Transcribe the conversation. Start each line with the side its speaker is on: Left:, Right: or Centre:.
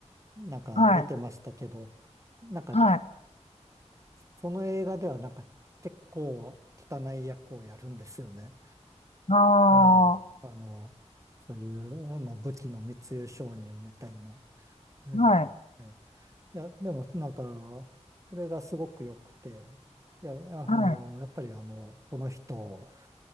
Right: なんか出てましたけど、
Left: はい
Right: なんか
Left: はい
Right: その映画ではなんか結構汚い役をやるんですよね。
Left: ああは
Right: ええ、あの、そういうあの武器の密輸商人みたいな。え
Left: い
Right: えええいや、でもなんか、それがすごく良くて、いや、ああの、
Left: はい
Right: やっぱりあの、この人、